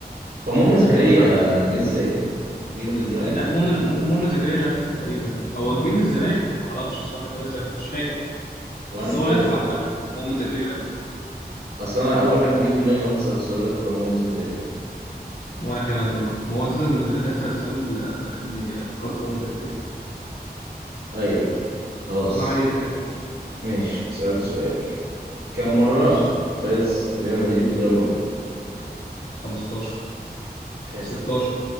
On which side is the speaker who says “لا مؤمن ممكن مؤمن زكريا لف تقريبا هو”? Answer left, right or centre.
Left